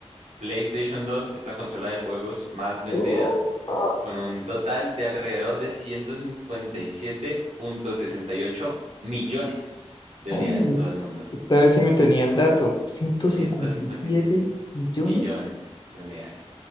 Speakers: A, on the right; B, on the left.
A: PlayStation dos es la consola de juegos más vendida,
B: Oh, ah,
A: con un total de alrededor de ciento cincuenta y y siete punto sesenta y ocho millones de
B: ah,
A: unidades
B: no,
A: en todo el mundo.
B: Esta vez sí me tenía el dato. ciento
A: ciento
B: cincuenta
A: cincuenta
B: y siete
A: y siete
B: millones
A: millones de unidades